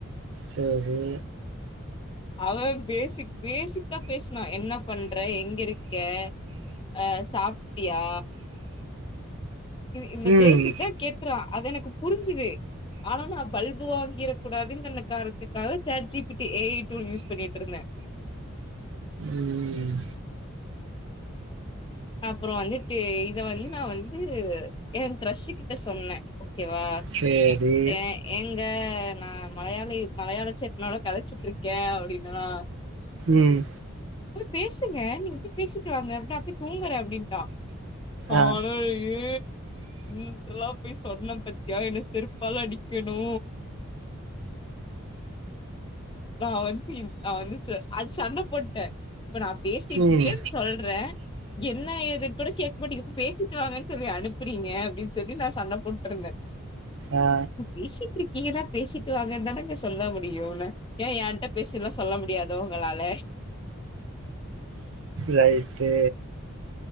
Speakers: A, on the right; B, on the left.
A: சேரி
B: அவ பேசிக் பேசிக்கா பேசுனா என்ன பண்ற எங்க இருக்க அ சாப்பிட்டியா இந்த
A: ம்
B: பேசிக் தா கேக்குறா அது எனக்கு புரிஞ்சுது ஆனா நா பல்பு வாங்கிடக் கூடாதுங்கிற காரணத்துக்காக chat G P T A I tool use பண்ணிட்டு இருந்த
A: ம்
B: அப்புறோ வந்துட்டு இத வந்து நா வந்து என கிரஷூக்கிட்ட சொன்னே ஓ கே வா
A: சேரி
B: எ எ இங்க நா மலையாளி மலையாள சேட்டனோட கதச்சிட்டு இருக்கேன் அப்டின்னனா
A: ம்
B: போய் பேசுங்க நீங்க போய் பேசிட்டு வாங்க அப்ப நா போய் தூங்குறேன் அப்டிங்குறா ஆனா
A: ஆ
B: ஏ இதெல்லா போய் சொன்னே பத்தியா என்ன செருப்பால அடிக்கணு நான் வந்து நா வந்து அது சண்ட போட்டே இப்ப நா பேசிட்டு
A: ம்
B: இருக்கேன்னு சொல்றே என்ன ஏதுன்னு கூட கேட்க மாட்டிங்க போய் பேசிட்டு வாங்கன்னு சொல்லி அனுப்புறீங்க அப்டின்னு சொல்லி நான் சண்ட போட்டுருந்தேன்
A: ஆ
B: பேசிட்டு இருக்கே ஏன்னான் பேசிட்டு இருக்கிங்கன்னா பேசிட்டி வாங்கன்னு தானங்க சொல்ல முடியும்ன ஏ என்ட்ட பேச எல்லா சொல்ல முடியாது தோ உங்களால
A: ரைட்டு